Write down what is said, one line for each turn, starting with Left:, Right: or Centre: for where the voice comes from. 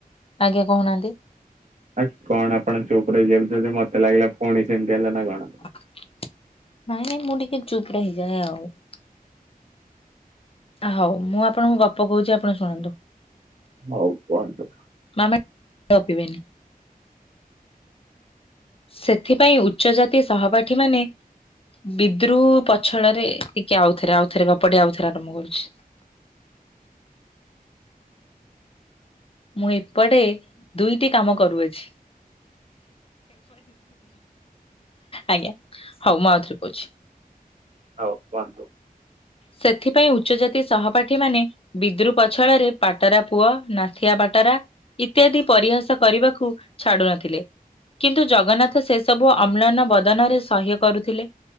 Left: ଆଜ୍ଞା କହୁନାହାନ୍ତି।
Right: ଆଉ କଣ ଆପଣ ଚୁପ ରହିଯାଉଚନ୍ତି ମତେ ଲାଗିଲା ପୁଣି ସେମିତି ହେଲା ନା କଣ।
Left: ନାଇଁ ନାଇଁ ମୁଁ ଟିକେ ଚୁପ ରହିଯାଏ ଆଉ। ହଉ ମୁଁ ଆପଣଙ୍କୁ ଗପ କହୁଛି ଆପଣ ଶୁଣନ୍ତୁ।
Right: ହଉ କୁହନ୍ତୁ।
Left: ନହେଲେ ଗପିବେନି। ସେଥିପାଇଁ ଉଚ୍ଚ ଜାତି ସହପାଠୀ ମାନେ। ବିଦୃପଛଳରେ ଟିକେ, ଆଉଥରେ, ଆଉଥରେ, ଗପଟି ଆଉଥରେ ଆରମ୍ଭ କରୁଛି। ମୁଁ ଏପଟେ, ଦୁଇଟି କାମ କରୁଅଛି। ଆଜ୍ଞା! ହଉ ମୁଁ ଆଉଥରେ କହୁଛି।
Right: ହଉ କୁହନ୍ତୁ।
Left: ସେଥିପାଇଁ ଉଚ୍ଚ ଜାତି ସହପାଠୀ ମାନେ, ବିଦ୍ରୁପ ଛଳରେ ପାଟରା ପୁଅ, ନାଥିଆ ପାଟରା, ଇତ୍ୟାଦି ପରିହାସ କରିବାକୁ ଛାଡୁ ନଥିଲେ। କିନ୍ତୁ ଜଗନ୍ନାଥ ସେ ସବୁ ଅମ୍ଳାନ ବଦନରେ ସହ୍ୟ କରୁଥିଲେ।